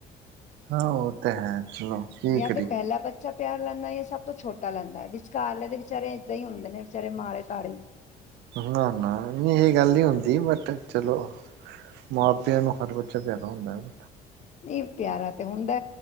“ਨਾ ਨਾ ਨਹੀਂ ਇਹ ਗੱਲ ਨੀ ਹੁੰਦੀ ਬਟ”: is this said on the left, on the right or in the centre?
Right